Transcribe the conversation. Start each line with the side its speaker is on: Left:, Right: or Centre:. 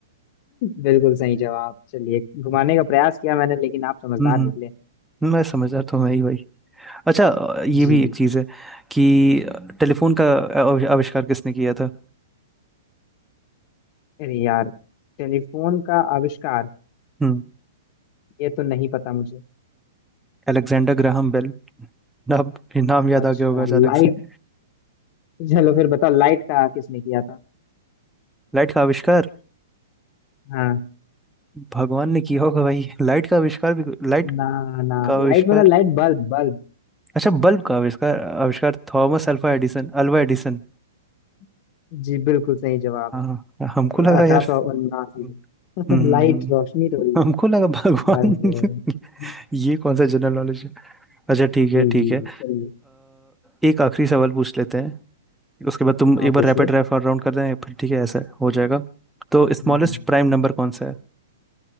Left: बिल्कुल सही जवाब चलिए घुमाने
Centre: हम्म
Left: का प्रयास किया मैंने लेकिन आप समझदार
Centre: हम्म हम्म,
Left: निकले
Centre: मैं समझदार तो मैं ही भाई अच्छा अ, ये
Left: जी
Centre: भी एक चीज़ है कि टेलीफोन का आव- आविष्कार किसने किया था
Left: अरे यार टेलीफोन का आविष्कार
Centre: हम्म
Left: ये तो नहीं पता मुझे
Centre: Alexander Graham Bell नाम नाम याद
Left: अच्छा
Centre: आ गया होगा
Left: लाइट
Centre: अचानक से
Left: चलो फिर बताओ लाइट का किसने किया था
Centre: लाइट का आविष्कार
Left: हाँ
Centre: भगवान ने किया होगा भाई लाइट का आविष्कार भी लाइट
Left: ना ना
Centre: का आविष्कार
Left: लाइट मतलब लाइट बल्ब बल्ब
Centre: अच्छा बल्ब का आविष्कार आविष्कार Thomas alpha Edison Alva Edison
Left: <laughs> जी बिल्कुल सही जवाब
Centre: हाँ
Left: है
Centre: हमको लगा
Left: अठारह
Centre: यार
Left: सौ उन्नासी
Centre: हम्म
Left: में
Centre: हम्म,
Left: <laughs> लाइट
Centre: हम्म,
Left: रोशनी थोड़ी
Centre: हमको लगा भगवान
Left: बल्ब जो
Centre: <laughs>
Left: है।
Centre: ये कौन सा जनरल नॉलेज है अच्छा ठीक
Left: जी
Centre: है ठीक
Left: जी
Centre: है अ,
Left: जी चलिए
Centre: एक आखिरी सवाल पूछ लेते हैं उसके बाद तुम
Left: हाँ
Centre: एक बार
Left: पूछ
Centre: रैपिड
Left: लो
Centre: फायर राउंड कर दें फिर ठीक है ऐसा हो जाएगा तो स्मॉलेस्ट
Left: हम्म,
Centre: प्राइम नंबर कौन सा है